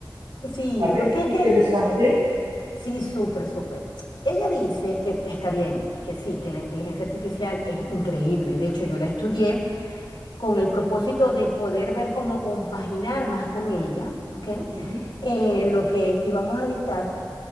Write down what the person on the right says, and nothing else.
vale,
interesante.
Ujú,